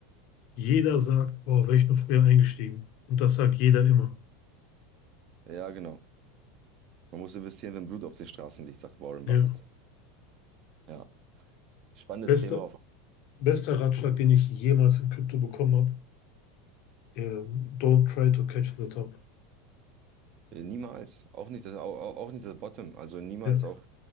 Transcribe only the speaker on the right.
Ja, genau. Man muss investieren, wenn Blut auf den Straßen liegt, sagt Warren
Buffett. Ja. Spannendes
Thema. Auf,
äh, niemals. Auch nicht das, auch, auch auch nicht das Bottom. Also niemals
auch